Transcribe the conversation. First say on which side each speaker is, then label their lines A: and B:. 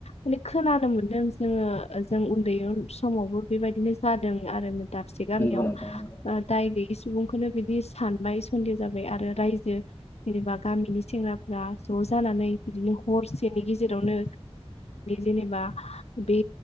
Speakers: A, on the left (about 85°); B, on the left (about 20°).
A: माने खोनानो मोन्दों जोङो जों उन्दै उ समावबो बेबायदिनो जादों आरो दाबसे गामियाव
B: नंगौ नोंथां
A: ओ
B: नंगौ
A: दाय गै सुबुंखौनो बिदि सानबाय सन्दे जाबाय आरो रायज <unintelligible> जेनेबा गामिनि सेंग्राफ्रा ज जानानै बिदिनो हरसेनि गेजेरावनो जेनेबा बे